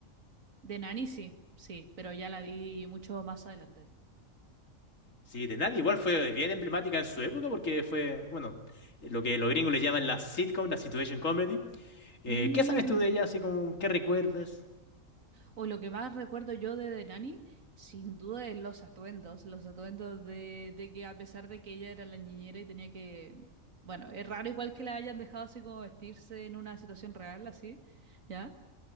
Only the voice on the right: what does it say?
De Nani, sí, sí, pero ya la vi mucho más adelante.
Mm,
O lo que más recuerdo yo de The Nanny, sin duda es los atuendos, los atuendos de, de que a pesar de que ella era la niñera y tenía que, bueno, es raro igual que la hayan dejado así como vestirse en una situación real, así, ¿ya?